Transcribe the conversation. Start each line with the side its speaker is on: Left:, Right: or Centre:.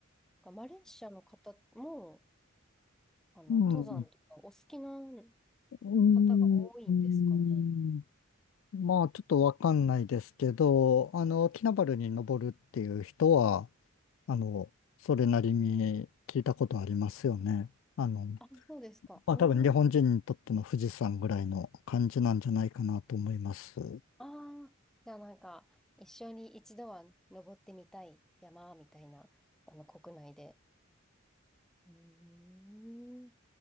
Centre: がマレーシアの方も、あの、
Left: うん。
Centre: 登山とかお好きな
Left: うーん。
Centre: 方が多いんですかね。
Left: まあ、ちょっとわかんないですけど、あの、キナバルに登るっていう人は、あの、それなりに聞いたことありますよね。あの、
Centre: あ、そうですか。
Left: まあ、
Centre: うん。
Left: 多分日本人にとっての富士山ぐらいの感じなんじゃないかなと思います。
Centre: ああ、じゃあなんか、一緒に一度は登ってみたい山みたいな、あの、国内で。うーん。